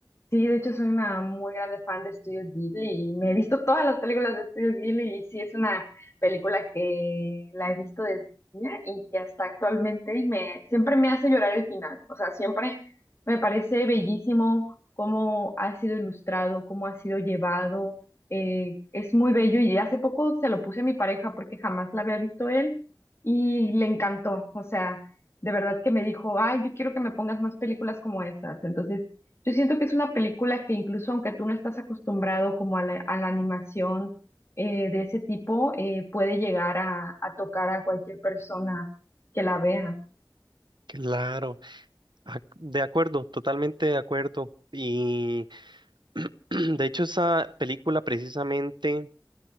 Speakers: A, on the left; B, on the right.
A: Sí, de hecho soy una muy grande fan de Estudios Ghibli y me he visto todas las películas de Estudios Ghibli y sí es una película que la he visto desde niña y que hasta actualmente y me siempre me hace llorar el final. O sea, siempre me parece bellísimo cómo ha sido ilustrado, cómo ha sido llevado. eh, es muy bello y hace poco se lo puse a mi pareja porque jamás la había visto él y le encantó. O sea, de verdad que me dijo, ay, yo quiero que me pongas más películas como esas. Entonces yo siento que es una película que incluso aunque tú no estás acostumbrado como a la, a la animación eh, de ese tipo, eh, puede llegar a, a tocar a cualquier persona que la vea.
B: Claro, ac- de acuerdo, totalmente de acuerdo. Y <clears throat> de hecho esa película precisamente...